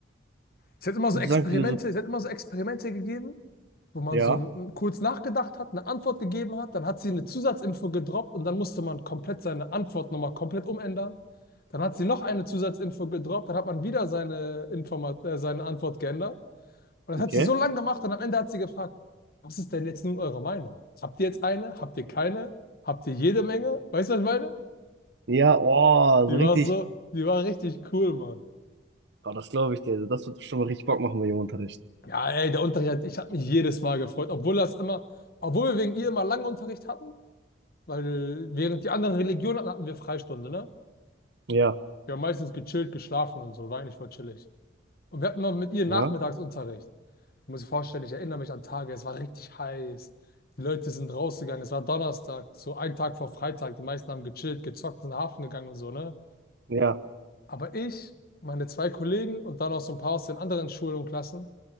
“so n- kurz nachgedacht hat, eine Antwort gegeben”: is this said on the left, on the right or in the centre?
Left